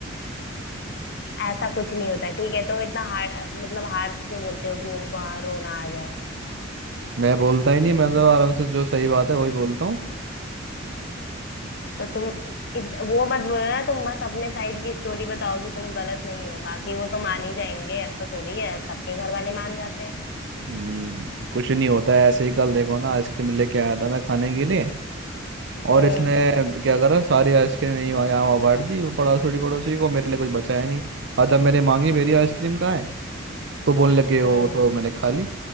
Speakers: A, on the left (about 55°); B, on the right (about 60°).
A: ऐसा कुछ नहीं होता ठीक है तुम इतना हार मतलब हार्श क्यों बोलते हो कि उनको रोना आ जाए
B: मैं बोलता ही नहीं मैं तो आराम से जो सही बात है वही बोलता
A: तो तुम इत, वो मत बोलना तुम बस अपने साइड की स्टोरी बताओ कि तुम गलत नहीं हो बाकी वो तो मान ही जाएंगे ऐसा थोड़ी है सबके घर वाले मान जाते हैं
B: हम्म कुछ नहीं होता है ऐसे ही कल देखो ना आइसक्रीम लेके आया था मैं खाने के लिए
A: हम्म
B: और इसने क्या करा सारी आइसक्रीम यहीं वहाँ- यहाँ वहाँ बांट दी वो पड़ोसी पड़ोसी को मेरे लिए कुछ बचाया नहीं और जब मैंने मांगी मेरी आइसक्रीम कहाँ है तो बोलने लगे वो
A: हम्म
B: तो मैंने खा ली